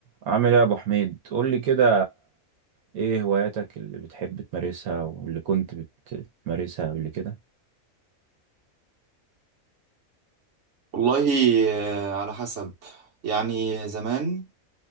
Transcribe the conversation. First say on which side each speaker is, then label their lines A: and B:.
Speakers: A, on the right; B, on the right.
A: عامل ايه يا ابو حميد قول لي كده ايه هواياتك اللي بتحب تمارسها واللي كنت بتمارسها قبل كده
B: والله آه، على حسب يعني زمان